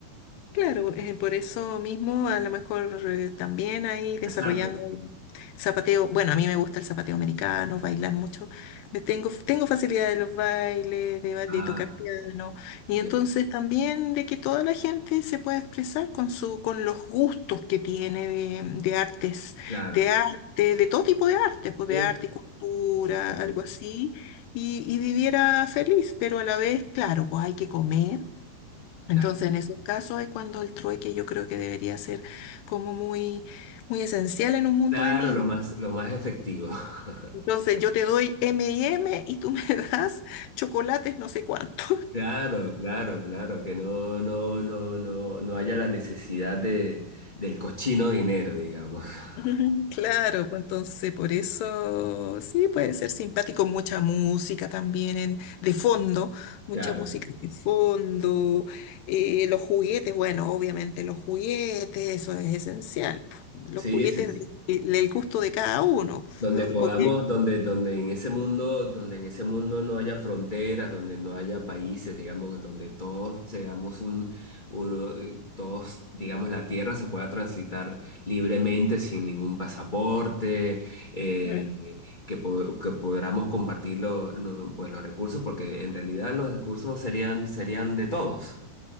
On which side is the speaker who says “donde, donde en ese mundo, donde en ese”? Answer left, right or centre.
Left